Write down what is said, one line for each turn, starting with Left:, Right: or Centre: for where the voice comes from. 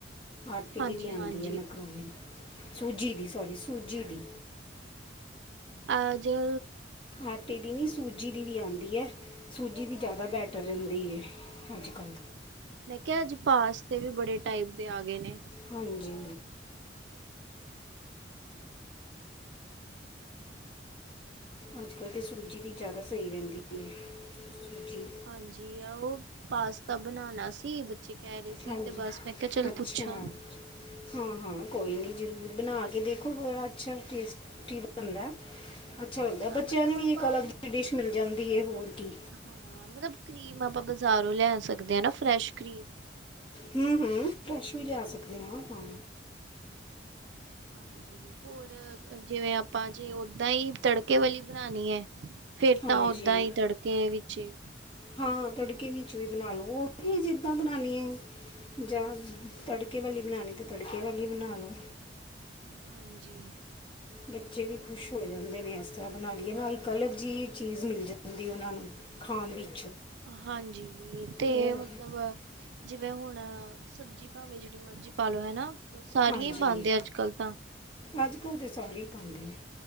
Left: ਆਟੇ
Right: ਹਾਂਜੀ
Left: ਦੀ ਵੀ ਆਉਦੀ
Right: ਹਾਂਜੀ
Left: ਹੈ? ਦੀ ਹੈ ਇਹ ਮੈਕਰੋਨੀ। ਸੂਜੀ ਦੀ ਸੋਰੀ ਸੂਜੀ ਦੀ?
Right: ਆਜੋ।
Left: ਆਟੇ ਦੀ ਨੀ ਸੂਜੀ ਦੀ ਵੀ ਆਉਂਦੀ ਹੈ? ਸੂਜੀ ਦੀ ਜ਼ਿਆਦਾ ਬੈਟਰ ਰਹਿੰਦੀ ਹੈ ਅੱਜ ਕੱਲ।
Right: ਮੈਂ ਕਿਹਾ ਅੱਜ ਪਾਸਤੇ ਵੀ ਬੜੇ ਟਾਈਪ ਦੇ ਆ ਗਏ ਨੇ?
Left: ਹਾਂਜੀ। ਅੱਜ ਕੱਲ੍ਹ ਤੇ ਸੂਜੀ ਦੀ ਜ਼ਿਆਦਾ ਸਹੀ ਰਹਿੰਦੀ ਹੈ? ਸੂਜੀ
Right: ਹਾਂਜੀ ਆ ਉਹ ਪਾਸਤਾ ਬਣਾਣਾ ਸੀ? ਉਂਝ ਕਹਿ ਰਹੇ ਸੀ
Left: ਹਾਂਜੀ
Right: ਤੇ ਬਸ ਮੈਂ ਕਿਹਾ ਚੱਲ
Left: ਅੱਛਾ
Right: ਪੁੱਛਾਂ?
Left: ਹਾਂ ਹਾਂ ਕੋਈ ਨਹੀਂ ਜ਼ਰੂਰ ਬਣਾ ਕੇ ਦੇਖੋ ਬੜਾ ਅੱਛਾ ਟੇਸਟੀ ਬਣਦਾ ਹੈ। ਅੱਛਾ, ਲੱਗਦਾ ਬੱਚਿਆਂ
Right: ਮਤਲਬ
Left: ਨੂੰ ਵੀ
Right: ਆਪਾਂ
Left: ਇੱਕ ਅਲੱਗ ਦੀ ਡਿਸ਼ ਮਿਲ ਜਾਂਦੀ ਹੈ ਹੋਰ ਕੀ।
Right: ਹਾਂ ਮਤਲਬ ਕਰੀਮ ਆਪਾਂ ਬਾਜ਼ਾਰੋਂ ਲੈ ਸਕਦੇ ਹਾਂ ਨਾ ਫਰੈਸ਼ ਕਰੀਮ?
Left: ਹੂੰ-ਹੂੰ ਫਰੈਸ਼ ਵੀ ਲਿਆ ਸਕਦੇ ਹਾਂ ਹਾਂ?
Right: ਹਾਂਜੀ ਹੋਰ ਜਿਵੇਂ ਆਪਾਂ ਜੇ ਓਦਾਂ ਹੀ ਤੜਕੇ ਵਾਲੀ ਬਣਾਣੀ ਹੈ? ਫੇਰ
Left: ਹਾਂਜੀ
Right: ਤਾਂ ਓਦਾਂ ਹੀ ਤੜਕੇ? ਛੇ।
Left: ਹਾਂ ਤੜਕੇ ਵਿੱਚ ਵੀ ਬਣਾ ਲਓ ਉਹ ਵੀ ਜਿੱਦਾਂ ਬਣਾਣੀ ਆ ਜਾਂ ਤੜਕੇ ਵਾਲੀ ਬਣਾਣੀ ਤੇ ਤੜਕੇ ਵਾਲੀ ਬਣਾ ਲੋ।
Right: ਹਾਂਜੀ,
Left: ਬੱਚੇ ਵੀ ਖੁਸ਼ ਹੋ ਜਾਂਦੇ ਨੇ ਇਸ ਤਰ੍ਹਾਂ ਬਣਾ ਲਈਏ ਨਾ ਇੱਕ ਅਲੱਗ ਜਿਹੀ ਚੀਜ਼ ਮਿਲ ਜਾਂਦੀ ਉਹਨਾਂ ਨੂੰ ਖਾਣ ਵਿੱਚ,
Right: ਹਾਂਜੀ ਤੇ
Left: ਉਹ
Right: ਮਤਲਬ, ਜਿਵੇਂ ਹੁਣ ਸਬਜ਼ੀ ਭਾਵੇਂ ਜਿਹੜੀ ਮਰਜ਼ੀ ਪਾ ਲਓ ਹੈ ਨਾ, ਸਾਰੀਆਂ
Left: ਹਾਂਜੀ
Right: ਹੀ ਪਾਦੇ ਅੱਜ ਕੱਲ ਤਾਂ,
Left: ਅੱਜ ਕੱਲ੍ਹ ਤੇ ਸਾਰੇ ਹੀ ਪਾਦੇ ਐ।